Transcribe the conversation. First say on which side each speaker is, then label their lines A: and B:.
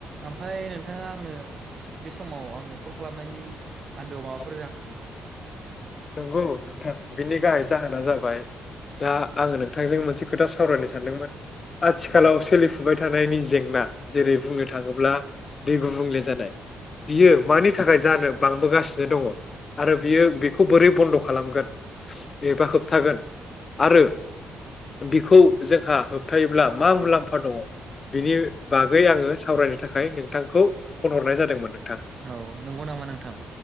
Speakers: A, on the right (about 35°); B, on the left (about 30°).
A: ओमफाय नोंथाङा आंनो बे समाव आंनो कल खालामनायनि आन्दोआव माब
B: <inaudible> नंगौ नोंथां बिनि गाहाय जाहोना जाबाय दा आङो नोंथांजों मोनसे खोथा सावरायनो सानदोंमोन आथिखालाव सोलिफुबाय थानायनि जेंना जेरै बुंनो थाङोब्ला दै गुबुंले जानाय । बियो मानि थाखाय जानो बांबोगासिनो दङ' आरो बियो बेखौ बोरै बन्द' खालामगोन? एबा होबथागोन आरो बिखौ जोंहा होबथायोब्ला मा मुलाम्फा दङ' बिनि बागै आङो सावरायनो था खाय नोंथांखौ फन हरनाय जादोंमोन नोंथां
A: औ नंगौ नामा नोंथां